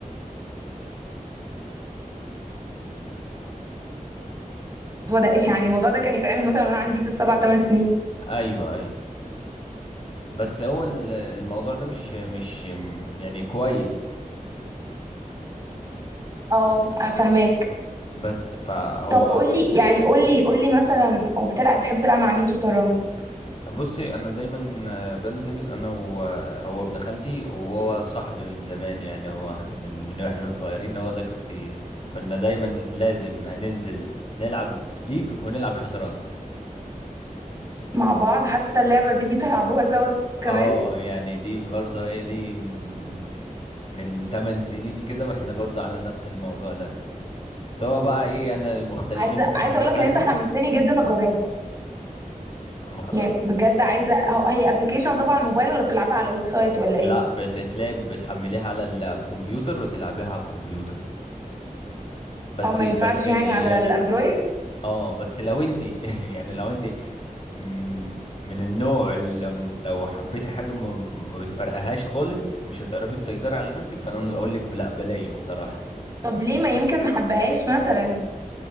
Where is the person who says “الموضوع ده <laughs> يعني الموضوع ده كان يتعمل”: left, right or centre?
Right